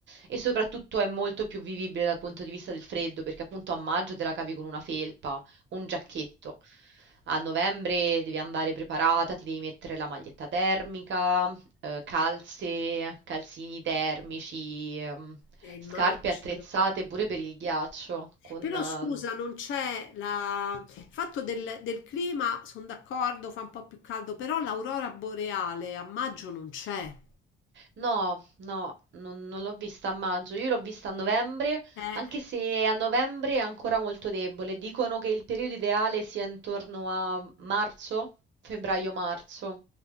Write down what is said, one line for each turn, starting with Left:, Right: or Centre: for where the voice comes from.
Right: e soprattutto è molto più vivibile dal punto di vista del freddo, perché appunto a maggio te la cavi con una felpa un giacchetto. A novembre devi andare preparata, ti devi mettere la maglietta termica, eh, calze, calzini termici, ehm,
Left: Eh, immagino.
Right: scarpe attrezzate pure per il ghiaccio. Con,
Left: Però
Right: ehm,
Left: scusa, non c'è la... il fatto del, del clima, sono d'accordo, fa un po' più caldo, però l'aurora boreale a maggio non c'è.
Right: No, no, non, non l'ho vista a maggio, io l'ho vista a novembre,
Left: Eh,
Right: anche se a novembre è ancora molto debole. Dicono che il periodo ideale sia intorno a marzo, febbraio-marzo.